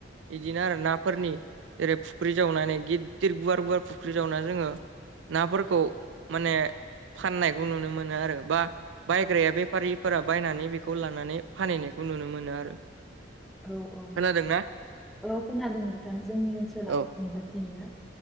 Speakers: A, on the right; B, in the centre.
A: बिदिनो आरो नाफोरनि जेरै फुख्रि जावनानै गिदिर गुवार गुवार फुख्रि जावना जोङो नाफोरखौ माने फाननायखौ नुनो मोनो आरो बा बायग्राया बेफारिफोरा बायनानै बेखौ लानानै फानहैनायखौ नुनो मोनो आरो
B: औ औ
A: खोनादोंना
B: औ खोनादों नोंथां जोंनि ओनसोलाव
A: औ
B: बेबायदिनो